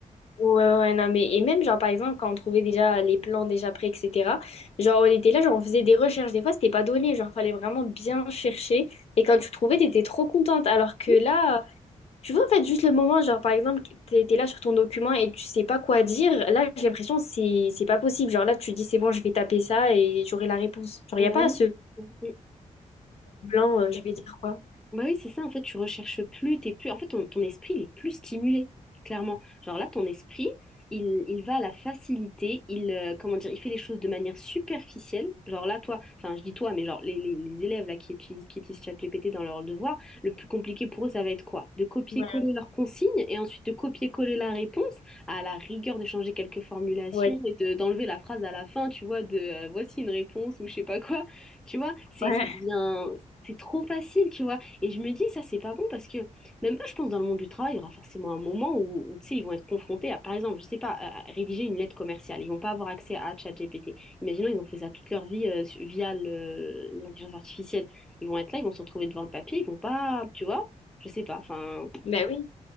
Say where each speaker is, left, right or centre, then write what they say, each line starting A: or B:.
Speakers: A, on the left; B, in the centre.
A: Ouais, ouais, ouais, non, mais et même, genre, par exemple, quand on trouvait déjà les plans déjà prêts, etc., genre, on était là, genre, on faisait des recherches. Des fois, c'était pas donné, genre, fallait vraiment bien chercher. Et quand tu trouvais, t'étais trop contente. Alors que
B: Oui,
A: là, tu vois, en fait, juste le moment, genre, par exemple, t'étais là sur ton document et tu sais pas quoi dire, là, j'ai l'impression, que c'est c'est pas possible. Genre, là, tu dis, c'est bon, je vais taper ça et j'aurai la réponse. Genre,
B: on
A: y a pas ce
B: a-
A: blanc, euh, je vais dire quoi.
B: Bah oui, c'est ça, en fait, tu recherches plus, t'es plus... En fait, ton, ton esprit, il est plus stimulé, clairement. Genre là, ton esprit, il, il va à la facilité, il, euh, comment dire, il fait les choses de manière superficielle. Genre là, toi, enfin, je dis toi, mais genre les, les- les élèves là qui utilisent, qui utilisent ChatGPT dans leur devoir, le plus compliqué pour eux, ça va être quoi? De copier-coller
A: Ouais,
B: leurs consignes et ensuite de copier-coller la réponse, à la rigueur de changer quelques formulations
A: ouais,
B: et de, d'enlever la phrase à la fin, tu vois, de euh, voici une réponse ou je sais pas quoi. Tu vois, c'est,
A: ouais.
B: ça devient...
A: <laughs>
B: C'est trop facile, tu vois. Et je me dis, ça, c'est pas bon parce que même eux, je pense, dans le monde du travail, il y aura forcément un moment où, où, tu sais, ils vont être confrontés à, par exemple, je sais pas, à- à rédiger une lettre commerciale. Ils vont pas avoir accès à ChatGPT. Imaginons, ils ont fait ça toute leur vie euh, su- via le- l'intelligence artificielle. Ils vont être là, ils vont se retrouver devant le papier, ils vont pas, tu vois, je sais pas, enfin.
A: Ben oui,